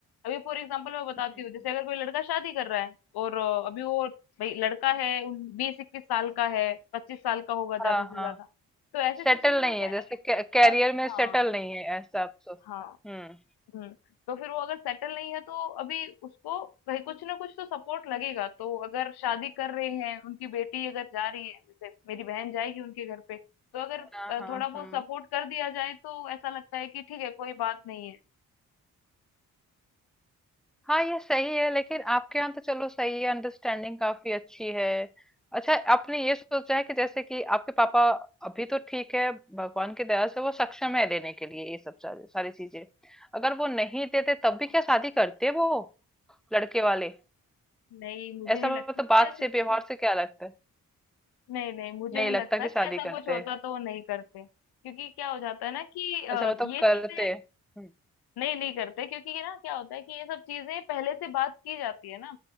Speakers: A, on the left (about 80°); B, in the centre.
A: अभी फॉर एग्जांपल मैं बताती
B: हम्म।
A: हूँ, जैसे अगर कोई लड़का शादी कर रहा है और अ, अभी वो भई लड़का है उन 20-21 साल का है, 25 साल का होगा ज़्यादा
B: हाँ
A: से
B: हाँ
A: ज़्यादा। तो ऐसे
B: सेटल
A: सिचुएशन
B: नहीं
A: में क्या
B: है
A: है
B: जैसे
A: ना कि
B: कैरियर
A: अ,
B: में
A: हाँ
B: सेटल नहीं है ऐसा आप सोच
A: हाँ
B: हम्म
A: हम्म तो फिर वो अगर सेटल नहीं है तो अभी उसको भाई कुछ ना कुछ तो सपोर्ट लगेगा तो अगर शादी कर रहे हैं उनकी बेटी अगर जा रही है जैसे मेरी बहन जाएगी उनके घर पे तो अगर
B: हाँ
A: अ,
B: हाँ
A: थोड़ा बहुत
B: हाँ
A: सपोर्ट कर दिया जाए तो ऐसा लगता है कि ठीक है कोई बात नहीं है
B: हाँ ये सही है लेकिन आपके यहाँ तो चलो सही है अंडरस्टैंडिंग काफी अच्छी है अच्छा आपने ये सोचा है कि जैसे कि आपके पापा अभी तो ठीक है भगवान की दया से वो सक्षम है देने के लिए ये सब सारी सारी चीजें अगर वो नहीं देते तब भी क्या शादी करते वो लड़के वाले
A: नहीं मुझे
B: ऐसा
A: नहीं लगता
B: मतलब
A: कि
B: बात
A: ऐसी
B: से
A: सिचुएशन
B: व्यवहार से क्या लगता है
A: नहीं नहीं मुझे
B: नहीं
A: नहीं
B: लगता
A: लगता
B: कि
A: कि
B: शादी
A: ऐसा
B: करते
A: कुछ होता
B: हैं
A: तो वो नहीं करते क्योंकि क्या हो जाता है ना कि अ,
B: अच्छा मतलब
A: ये
B: करते
A: चीजें
B: हैं हम्म,
A: नहीं नहीं करते क्योंकि ये ना क्या होता है कि ये सब चीजें पहले से बात की जाती है ना